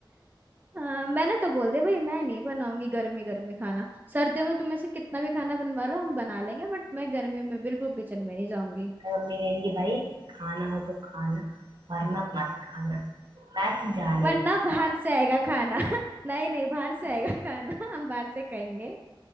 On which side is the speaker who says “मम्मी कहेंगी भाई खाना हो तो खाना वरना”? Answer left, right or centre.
Right